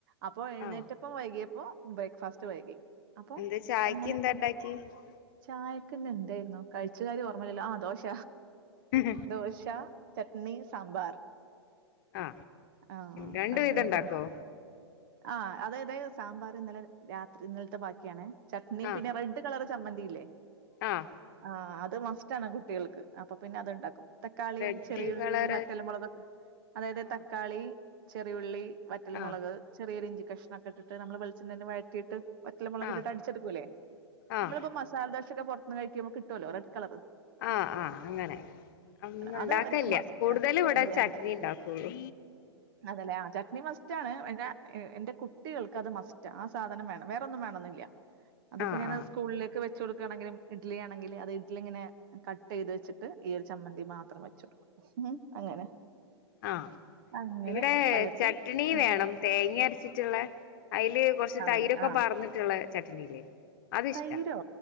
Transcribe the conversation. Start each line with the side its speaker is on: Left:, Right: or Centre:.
Right: അപ്പൊ എഴുന്നേറ്റപ്പം
Left: ആഹ
Right: വൈകിയ അപ്പൊ ബ്രേക്ക്ഫാസ്റ്റ് വൈകി അപ്പൊ
Left: എന്താ ചായക്ക്
Right: അങ്ങനെ
Left: <inaudible>
Right: ചായക്കന്നെ എന്തായിരുന്നു കഴിച്ച കാര്യം ഓർമ്മല്ലോ ആ ദോഷ
Left: ഉം
Right: ദോശ ചട്നി സാമ്പാർ
Left: ആ
Right: ആ
Left: രണ്ട
Right: അങ്ങനെയായിരുന്നു.
Left: വിധ ഉണ്ടാക്കോ
Right: ആ അതെത് സാമ്പാർ ഇന്നലെ രാത്രി ഇന്നലത്തെ ബാക്കിയാാണ് ചട്നിയും
Left: ആഹ
Right: പിന്നെ റെഡ കള ചമ്മന്തിയില്ലേ
Left: ആഹ
Right: ആ അത് മസ്റ്റ് ആണ് കുട്ടികൾക്ക് അപ്പൊ പിന്നെ അത്ണ്ടാക്കും തക്കാളിയും
Left: റെഡ്
Right: ചെറിയുള്ളിയും
Left: കളറ്
Right: മറ്റല്ലമുളക് അതായത്
Left: ആഹ
Right: തക്കാളി ചെറിയുള്ളി വറ്റൽ
Left: ആഹ
Right: മുളക് ചെറിയരു ഇഞ്ചി കഷണണംക്കെ ഇട്ട്മ്മള് വളെണ് വ കട്ട് വറ്റല്ല മുളക്
Left: ആഹ
Right: ഇട്ടിട്ട് അടിച്ചെടുക്കൂല്ലേ
Left: ആഹ
Right: നമ്മളിപ്പോ മസാലദോ പക്കെ പുറത്ത്ന്ന് കഴിക്കുമ്പോ കട്ടുമല്ലോ ഡ്ളർ
Left: ആഹ് ആഹ് അങ്ങനെ ഒന്ന ഉണ്ടാക്കല്ല
Right: അത് അവര്ക്ക് മസ്റ്റാ
Left: കൂടുതല ഇവിടെ
Right: ഇല്ല്യാലോ
Left: ചട്നി ഉണ്ടാക്കുള്ളൂ
Right: അതല്ലേ ചട്നി മസ്റ്റ് ആണ് എ എന്റെ കുട്ടികൾക്ക് അത് മസ്റ്റ് ആ സാധനം വേണം വേറൊന്നും വേണന്നില്ല അതിപ്പോ
Left: ആഹ്
Right: ഞാൻ
Left: ആഹ്
Right: സ്കൂളിലക്ക് വെച്ച് കൊടുക്കുകണെങ്കില ഇഡലി ആണെങ്ക അത്ഡലി ഇങ്ങെ കട്ട് ചെയ്ത് വെച്ചിട്ട് ഈ ഒരു ചമ്മന്തി മാത്രം വെച്ചു കൊടുക്കും അങ്ങനെ
Left: ആഹ്
Right: അങ്ങനെ
Left: ഇവിടെ
Right: പലർക്കും
Left: ചട്ട്ണി
Right: ആഹ്
Left: വേണം തേങ്ങ അരച്ചിട്ടുള്ള അയ്ല് കൊറച്ച്
Right: അതന്നെ
Left: തൈരൊക്കെ
Right: ആഹ്
Left: പാർന്നിട്ടുള്ള ചട്ട്ണിയില്ലേ അത്ഷ്ടാ
Right: തൈരോ?